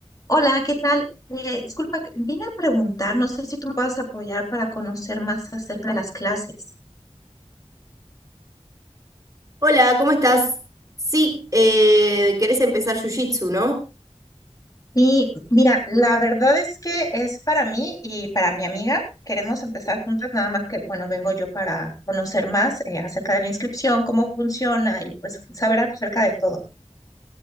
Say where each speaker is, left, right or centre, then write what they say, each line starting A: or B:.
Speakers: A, on the left; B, on the right.
A: Hola, ¿qué tal? Eh, disculpa, vine a preguntar, no sé si tú me puedas apoyar para conocer más acerca de las clases.
B: Hola, ¿cómo estás? Sí, eh, querés empezar Jiu-Jitsu, ¿no?
A: Y mira, la verdad es que es para mí y para mi amiga. Queremos empezar juntas, nada más que, bueno, vengo yo para conocer más eh, acerca de la inscripción, cómo funciona y pues saber acerca de todo.